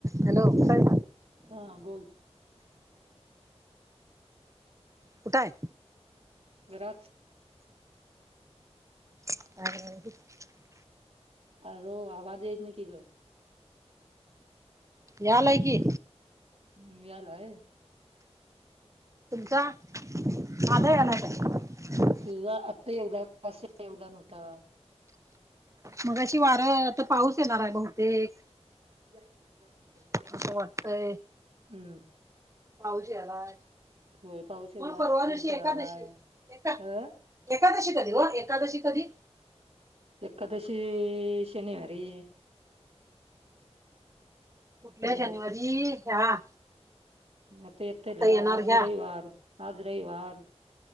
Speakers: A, on the right (about 25°); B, on the right (about 65°).
A: हॅलोय!
B: हा बोल.
A: कुठाय.
B: घराच.
A: <inaudible>
B: आ र आवाज येत न की कर.
A: यालय की.
B: हम् याला आहे.
A: का माझा याला काय?
B: तुझा आत्ता येवढ कस येवला नव्हता.
A: मग अशी वारं तर पाऊस येणार आहे बहुतेक.
B: अखीच बसी.
A: तसं वाटतय.
B: हम्म.
A: पाहज याला
B: होय पाऊस येवला
A: मग परवा
B: ऊन
A: जशी
B: पडालाय
A: एकादशी एका.
B: अ
A: एकादशी कधी वा एकादशी कधी?
B: एकादशी शनिवारी.
A: कुठल्या
B: अ
A: जानेवारी ह्या.
B: म येतल
A: आता येणार
B: आज
A: ह्या
B: रविवार आज रविवार.